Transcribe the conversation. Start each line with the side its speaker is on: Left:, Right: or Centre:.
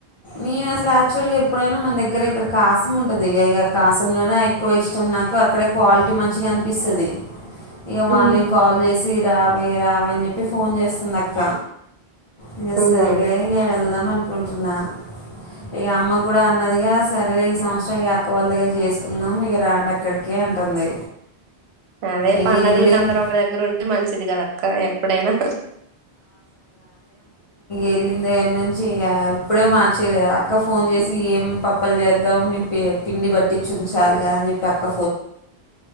Left: నేను అసలు యాక్చువల్గా ఎప్పుడైనా మన దగ్గర ఇక్కడ కాసిం ఉంటుది గేగా కాసిం లోనే ఎక్కువ ఇష్టం నాకు అక్కడే క్వాలిటీ మంచిగా అన్పిస్తది ఇగ వాళ్ళేం
Right: ఉమ్
Left: కాల్ చేసి రావే రావే అని చెప్పి ఫోన్ చేస్తుంది అక్క ఇంగ
Right: ఉహు
Left: సరేలే ఇంగ వెళ్దామను కుంటున్నా ఇగ అమ్మ కూడా అన్నదిగా సరేలే ఈ సంవత్సరం ఇక అక్క వాళ్ళ దగ్గర చేసుకుందాం ఇగ రాండి అక్కడికే అంటుంది.
Right: అదే
Left: ఇక
Right: పండుగలలకు
Left: వెళ్ళింది
Right: అందరుూ ఒకరి దగ్గర ఉంటే మంచిది కదా అక్క ఎప్పుడైనా
Left: ఎళ్ళిన <unintelligible> నుంచి ఇగ ఇప్పుడే మార్చేలి అక్క ఫోన్ చేసి ఏం పప్పలు చేద్దాం నీను పి పిండి బట్టిచ్చుంచాలి కదా అని చెప్పి అక్క